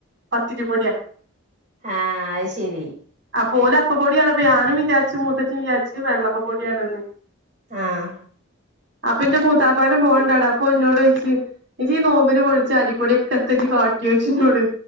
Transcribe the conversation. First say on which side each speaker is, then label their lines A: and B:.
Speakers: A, on the right; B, on the right.
A: പത്തിരി പൊടിയാ.
B: ആഹ അത് ശരി.
A: പോലെ അപ്പ പൊടിയാണ് അപ്പ ഞാനും വിചാരിച്ചു മൂത്തച്ചും വിചാരിച്ചു വെള്ളപ്പപ്പൊടിയണന്ന്
B: ആഹ്
A: അപ്പ എന്റെ മു ത്താപ്പാന്റെ മോൻ ണ്ട് ആടെ അപ്പൊ എന്നോട് ചോയ്ച്ച് ഇജ്ജ് ഈ നോമ്പിന് വു ട്ച്ച അരിപൊടിയൊക്കെ എത്ത ജ്ജ് കാട്ടി ഒയ്ച്ചു ന്നോട്